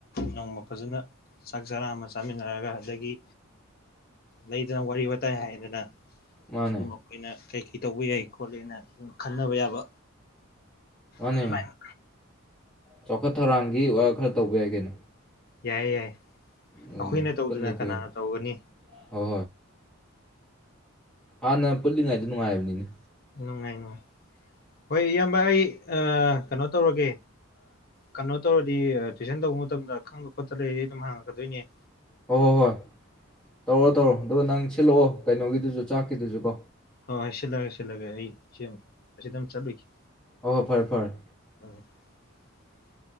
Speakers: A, on the left; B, in the centre.
A: ꯅꯣꯡꯃ ꯐꯖꯅ ꯆꯥꯛ ꯆꯔꯥ ꯑꯃ ꯆꯥꯃꯤꯟꯅꯔꯒ ꯑꯗꯒꯤ ꯂꯩꯗꯅ ꯋꯥꯔꯤ ꯋꯥꯇꯥꯏ ꯍꯥꯏꯔꯦꯗꯅ
B: ꯃꯥꯅꯦ
A: ꯁꯨꯝ ꯑꯩꯈꯣꯏꯅ ꯀꯩ ꯀꯩ ꯇꯧꯕ ꯌꯥꯏ ꯈꯣꯠꯂꯦꯅ ꯈꯟꯅꯕ ꯌꯥꯕ
B: ꯃꯅꯦ
A: ꯑꯗꯨꯃꯥꯏꯅ
B: ꯆꯥꯎꯈꯠ ꯊꯧꯔꯥꯡꯒꯤ ꯑꯣ ꯈꯔ ꯇꯧꯕ ꯌꯥꯏ ꯀꯩꯅꯣ
A: ꯌꯥꯏ ꯌꯥꯏ
B: ꯑꯗꯨꯅꯤ
A: ꯑꯩꯈꯣꯏꯅ ꯇꯧꯗꯅ
B: ꯄꯨꯟꯗ ꯀꯨꯏꯔꯦ
A: ꯀꯅꯥꯅ ꯇꯧꯒꯅꯤ
B: ꯍꯣꯏ ꯍꯥꯅꯥ ꯄꯨꯂꯤꯉꯦ ꯗ ꯅꯨꯉꯥꯏ ꯕꯅꯤꯅꯦ
A: ꯅꯨꯡꯉꯥꯏ ꯅꯨꯡꯉꯥꯏ ꯍꯣꯏ ꯏꯌꯥꯝꯕ ꯑꯩ ꯀꯩꯅꯣ ꯇꯧꯔꯒꯦ ꯀꯩꯅꯣ ꯇꯧꯔꯗꯤ ꯇꯨꯏꯁꯟ ꯇꯧꯕ ꯃꯇꯝꯗ ꯈꯡꯕ ꯈꯣꯠ ꯂꯩꯔꯗꯤ ꯑꯗꯨꯝ ꯍꯥꯡꯉꯛꯀꯗꯣꯏꯅꯂ
B: ꯍꯣꯏ ꯍꯣꯏ ꯍꯣꯏ ꯇꯧꯔꯣ ꯇꯧꯔꯣ ꯑꯗꯨꯒ ꯅꯡ ꯈꯜꯂꯛꯑꯣ ꯀꯩꯅꯣꯒꯤꯗꯨꯁꯨ ꯆꯥꯛꯀꯤꯗꯨꯁꯨ ꯀꯣ
A: ꯍꯣꯏ ꯁꯤꯂꯥꯒꯦ ꯁꯤꯜ ꯆꯥꯏꯜꯂꯒꯦ ꯑꯩ ꯁꯤꯑꯃꯨꯛ ꯑꯁꯤꯗꯃ ꯆꯠꯂꯨꯏꯒ‌ꯦ
B: ꯑꫭ ꯐꯔꯦ ꯐꯔꯦ
A: <unintelligible>